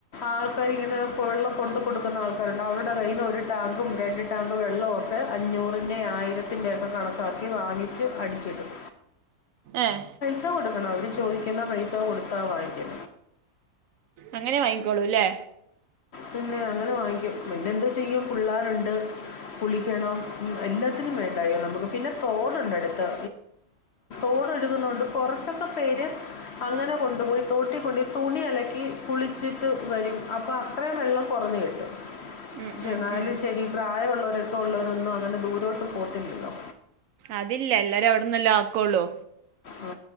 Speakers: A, on the left; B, on the right.
A: ആൾക്കാർങ്ങനെ വെള്ളം കൊണ്ട് കൊടുക്കും ആൾക്കാരുണ്ട് അവരുടെ കയ്യിൽ നിന്ന് ഒരു ടാങ്കും രണ്ട് ടാങ്ക് വെള്ളവും ഒക്കെ അഞ്ഞൂറിന്റെ ആയിരത്തിന്റെയ ഒക്കെ കാണും കണക്കാക്കി വാങ്ങിച്ച് അടിച്ചിട്ടും
B: ആഹ
A: പൈസ കൊടുക്കണം അവര് ചോദിക്കുന്ന പൈസ കൊടുത്താ വായിക്കെ
B: അങ്ങനെ വാങ്ങിക്കോളൂല്ലേ
A: പിന്നെ അങ്ങനെ വാങ്ങിക്കും പിന്നെ എന്താ ചെയ്യും പിള്ളേരുണ്ട് കുളിക്കണം എല്ലാത്തിനും വേണ്ടായോ നമുക്ക് പിന്നെ തോടുണ്ട് അടുത്ത് ഒഴുകുന്നുണ്ട് കുറച്ചൊക്കെ പേര് അങ്ങനെ കൊണ്ടുപോയി തോട്ടിക്കൊണ്ടുയി തുണി ഇലക്കി കുളിച്ചിട്ട് വരും അപ്പം അത്രയും വെള്ളം കുറഞ്ഞു കിട്ടും
B: ഉം
A: പക്ഷെ
B: ഉം
A: എന്നാലും
B: ഉം
A: ശരി പ്രായമ ഉുള്ള ഉള്ളരൊക്കെ ഉള്ളവരൊന്നും അങ്ങനെ ദൂരോട്ട് പോത്തില്ലല്ലോ
B: അതില്ല എല്ലാരും അവിടന്ന എല്ലാം ആക്കള്ളൂ
A: ഉ